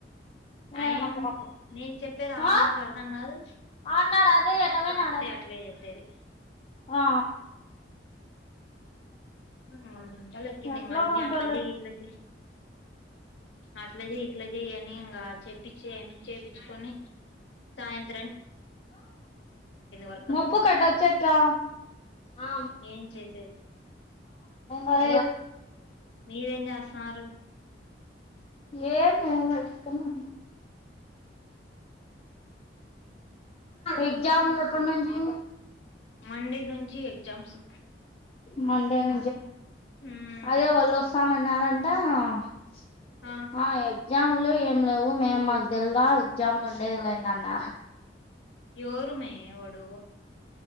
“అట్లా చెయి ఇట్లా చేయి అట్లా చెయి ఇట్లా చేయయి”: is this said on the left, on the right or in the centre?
Left